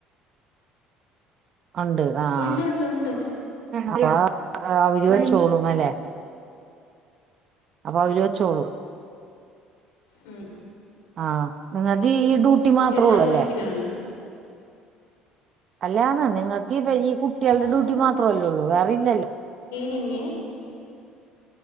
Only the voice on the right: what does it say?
ഉണ്ട് ആഹ്
അപ്പം അവര് വെച്ചോളും അല്ലേ അപ്പം അവര് വെച്ചോളും
ആഹ് നിങ്ങക്ക് ഈ ഡ്യൂട്ടി മാത്രേ
ഉള്ളൂ അല്ലേ
അല്ലാന്ന് നിങ്ങക്ക് ഈ വലിയ കുട്ടികൾടെ
ഡ്യൂട്ടി മാത്രവല്ലെ ഉള്ളൂ വേറെ ഇല്ലല്ലോ